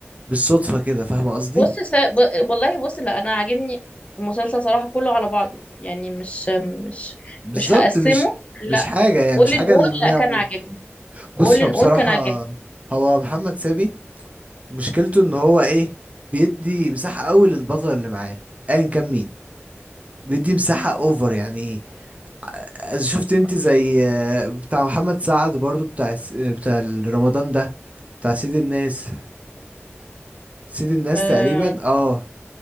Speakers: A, on the right; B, on the left.
A: بالصدفة كده فاهمة قصدي
B: بص س... ب... والله بص لا انا عاجبني المسلسل صراحة كله على بعضه يعني مش مش
A: بالظبط
B: مش هقسمه
A: مش مش
B: لا
A: حاجة يعني
B: اول
A: مش حاجة
B: ان اول
A: اللي ما
B: لا
A: يعمر
B: كان عاجبني
A: بص
B: اول ان
A: هو بصراحة
B: اول كان عاجبني
A: هو محمد سامي مشكلته ان هو ايه بيدي مساحة قوي للبطل اللي معاه ايا كان مين بيدي مساحة اوفر يعني إذا شفت انت زي آه، بتاع محمد سعد برضو بتاع الس- آه، بتاع رمضان ده بتاع سيد الناس سيد الناس
B: آه
A: تقريبا اه